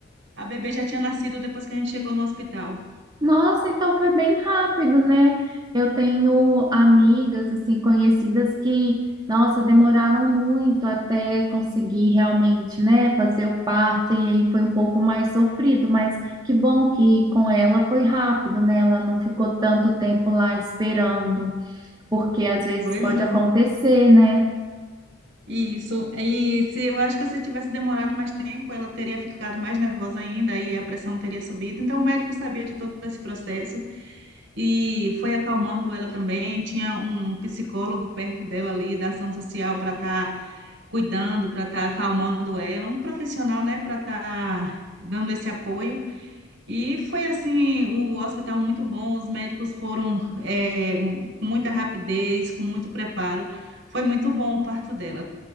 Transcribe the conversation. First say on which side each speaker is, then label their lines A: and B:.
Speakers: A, on the right (about 60°); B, on the right (about 20°).
A: a bebê já tinha nascido depois que a gente chegou no hospital.
B: Nossa, então foi bem rápido, né? Eu tenho amigas, assim, conhecidas que, nossa, demoraram muito até conseguir realmente, né, fazer o parto, e aí foi um pouco mais sofrido, mas que bom que com ela foi rápido, né? Ela não ficou tanto tempo lá esperando, porque às vezes
A: Pois
B: pode
A: é.
B: acontecer, né?
A: Isso. E se eu acho que se tivesse demorado mais tempo, ela teria ficado mais nervosa ainda e a pressão teria subido. Então, o médico sabia de todo esse processo e foi acalmando ela também. Tinha um psicólogo perto dela ali, da ação social, para estar cuidando, para estar acalmando ela, um profissional, né, para estar dando esse apoio. E foi assim, o hospital muito bom, os médicos foram, eh, com muita rapidez, com muito preparo. Foi muito bom o parto dela.